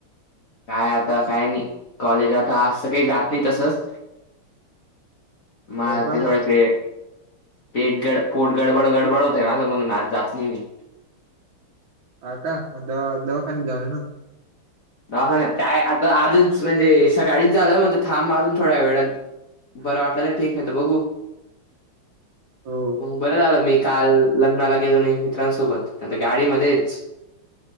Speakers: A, on the left; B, on the right.
A: काय आता काय नाही कॉलेज आता आजं काही जात नाही तसंच, मग
B: हो का
A: ते थोडेसे, पेट गड पोट गडबड गडबड होते ना म्हणून ना जात नाही मी
B: हा का मग दवा दवाखान्यात जाऊणे.
A: दवाखान्यात काय आता आजच म्हणजे सकाळीच झालं म्हणज थांब मजून थोड्या वेळ. बरं वाटलं तर ठीक नाही तर बघू,
B: हो
A: मग बरं झालं मी काल लग्नाला गेलो नाही मित्रांसोबतता गाडीमध्येच